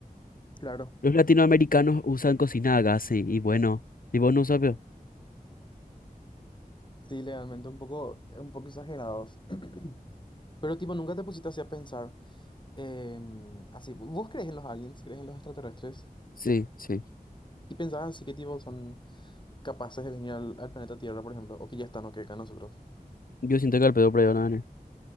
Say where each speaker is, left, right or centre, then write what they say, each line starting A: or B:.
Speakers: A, on the left (about 30°); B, on the left (about 65°).
A: claro.
B: Los latinoamericanos usan cocina a gas, sí, y bueno, y vos no sabes.
A: Sí, legalmente un poco, un poco exagerados. <clears throat> Pero tipo, nunca te pusiste así a pensar. Em, así, ¿vo- ¿vos crees en los aliens? ¿Crees en los extraterrestres?
B: Sí, sí.
A: ¿Y pensás así que tipo son capaces de venir al, al planeta Tierra, por ejemplo? O que ya están o que acá nosotros.
B: Yo siento que al pedo por ahí van a venir.